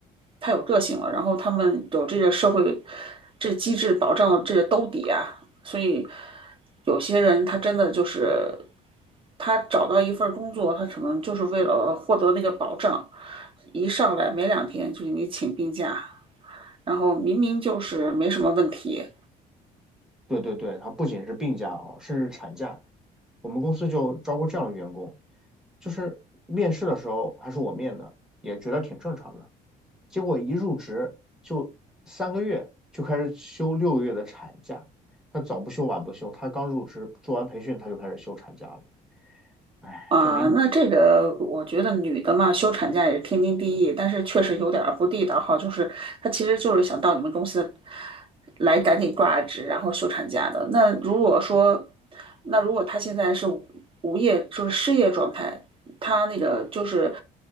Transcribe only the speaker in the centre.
对对对，他不仅是病假哦，甚至产假。我们公司就招过这样的员工，就是面试的时候还是我面的，也觉得挺正常的。结果一入职就三个月就开始休六个月的产假，他早不休晚不休，他刚入职做完培训他就开始休产假了，哎，
这明